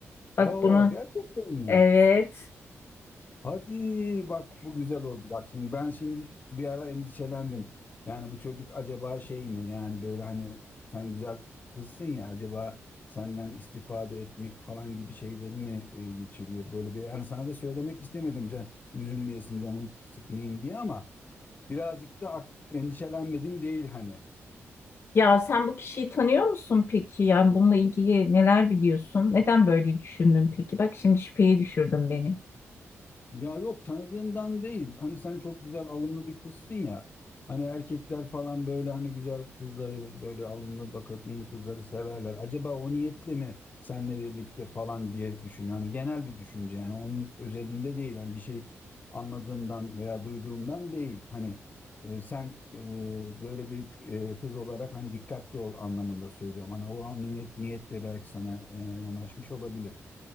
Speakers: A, on the left (about 35°); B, on the left (about 50°).
A: Oo
B: Bak bunu
A: gerçekten mi?
B: Evet.
A: Hadi bak bu güzel oldu. Bak şimdi ben şimdi bir ara endişelendim. Yani bu çocuk acaba şey mi? Yani böyle hani sen güzel kızsın ya acaba senden istifade etmek falan gibi şeyleri mi e, geçiriyor? Böyle bir hani sana da söylemek istemedim can üzülmeyesin canını sıkmayayım diye ama birazcık da ak- endişelenmedim değil hani.
B: Ya sen bu kişiyi tanıyor musun peki? Yani bununla ilgili neler biliyorsun? Neden böyle düşündün peki? Bak şimdi şüpheye düşürdün beni.
A: Ya yok tanıdığımdan değil. Hani sen çok güzel alımlı bir kızsın ya. Hani erkekler falan böyle hani güzel kızları böyle alımlı bakımlı kızları severler. Acaba o niyetle mi seninle birlikte falan diye düşünüyor. Hani genel bir düşünce yani onun özelinde değil. Hani bir şey anladığımdan veya duyduğumdan değil. Hani e, sen e, böyle bir e, kız olarak hani dikkatli ol anlamında söylüyorum. Hani o an niyet, niyetle belki sana e, yanaşmış olabilir.